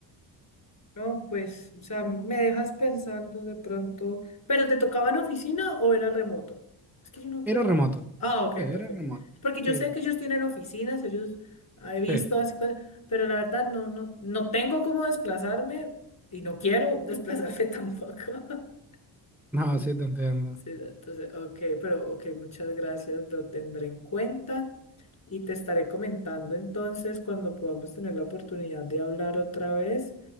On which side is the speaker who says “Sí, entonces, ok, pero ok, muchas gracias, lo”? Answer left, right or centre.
Left